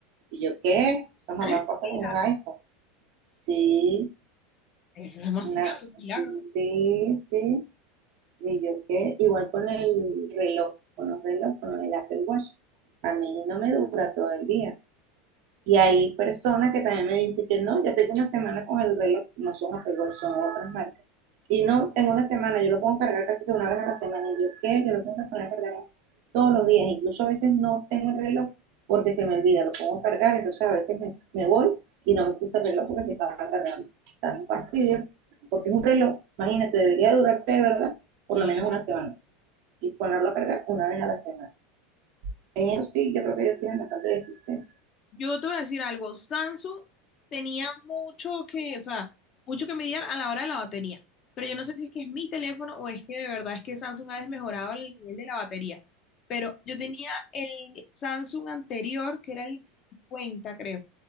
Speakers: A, on the right; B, on the left.
A: ¿Y yo qué? son jamás
B: Mentira.
A: pasa con un iPhone. Sí,
B: es demasiado,
A: una,
B: es un milagro.
A: sí, sí. ¿Y yo qué? Igual con el reloj, con los relojes, con el Apple Watch. A mí no me dura todo el día. Y hay personas que también me dicen que no, ya tengo una semana con el reloj, no son Apple Watch, son otras marcas. Y no, tengo una semana, yo lo puedo cargar casi que una vez a la semana. Y yo, ¿qué? Yo lo tengo que poner a cargar todos los días. Incluso a veces no tengo el reloj porque se me olvida, lo pongo a cargar, entonces a veces me, me voy y no me puse el reloj porque se estaba cargando. Está un fastidio, porque es un reloj, imagínate, debería durarte de verdad por
B: Milagro.
A: lo menos una semana y ponerlo a cargar una vez a la semana. En eso sí, yo creo que ellos tienen bastante deficiencia.
B: Yo te voy a decir algo, Samsung tenía mucho que, o sea, mucho que mediar a la hora de la batería, pero yo no sé si es que es mi teléfono o es que de verdad es que Samsung ha desmejorado el nivel de la batería, pero yo tenía el Samsung anterior que era el 50, creo,